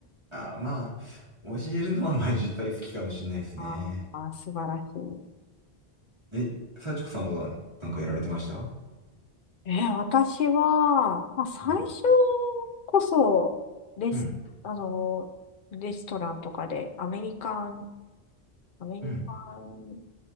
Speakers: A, on the right; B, on the left.
A: あー、まあ、教えるのはまあ実際好きかもしれないですね。
B: ああ、素晴らしい。
A: え、幸子さんはなんかやられてました
B: えー、私は、まあ、最初
A: うん。
B: こそ、レス、
A: うん。
B: あの、レストランとかで、アメリカン、アメリカン
A: うん。